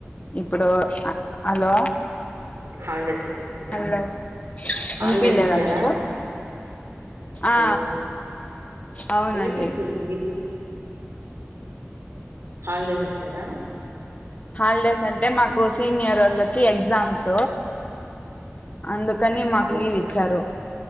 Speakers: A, on the left (about 30°); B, on the right (about 70°).
A: ఇప్పుడు హలో
B: హాలిడేస్ ఇచ్చరా,
A: హలో
B: హాలిడేస్
A: వినిపిలేదా
B: ఇచ్చారా
A: మీకు ఆ
B: హలో
A: అవునండి
B: వినిపిస్తుంది మీకు హాలిడేస్ ఇచ్చారా
A: హాలిడేస్ అంటే మాకు సీనియరోళ్ళకి ఎగ్జామ్స్ అందుకు కానీ మాకు
B: ఓకే
A: లీవ్ ఇచ్చారు.